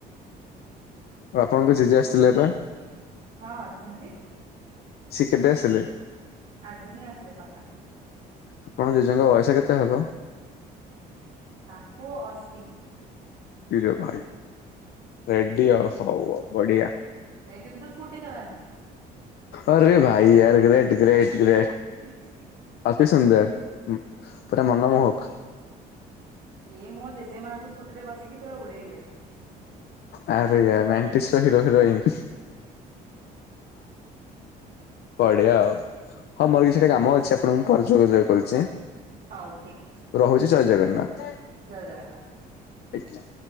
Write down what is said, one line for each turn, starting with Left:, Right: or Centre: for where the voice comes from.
Left: ଆପଣଙ୍କ ଜେଜେ ଆସିଥିଲେ ପା।
Right: ହଁ ଅଛନ୍ତି।
Left: ସେ କେବେ ଆସିଲେ?
Right: ଆଜି ହିଁ ଆସିଲେ ସକାଳେ।
Left: ଆପଣ ଙ୍କ ଜେଜେ ଙ୍କ ବୟସ କେତେ ହବ?
Right: ତାଙ୍କୁ ଅଶୀ
Left: ଇରେ ଭାଇ ରେଡି ଆଉ ହଉ ଆଉ ବଢିଆ।
Right: ସେ କିନ୍ତୁ ସ୍କୁଟି ଚଲାନ୍ତି।
Left: ଅରେ ଭାଇୟାର ଗ୍ରେଟ୍ ଗ୍ରେଟ ଗ୍ରେଟ।
Right: <inaudible>
Left: ଅତି ସୁନ୍ଦର ପୁରା ମନମୋହକ।
Right: ଇୟେ ମୋ ଜେଜେମାଆ ଙ୍କୁ ସ୍କୁଟି ରେ ବସିକି ପୁରା ଉଡେଇବେ।
Left: ଆରେ ୟାର ନାଇଣ୍ଟିସ୍ ର ହିରୋ ହିରୋଇନ୍ ପାଡିଆ ଆଉ, ହଁ ମୋର କିଛିଟା କାମ ଅଛି ଆପଣଙ୍କୁ ମୁ ଯୋଗାଯୋଗ କରୁଛି।
Right: ହଉ ଠିକ୍ ଅଛି।
Left: ରହୁଛି ଜୟ ଜଗନ୍ନାଥ।
Right: ଜୟ ଜଗନ୍ନାଥ।
Left: ଆଜ୍ଞା।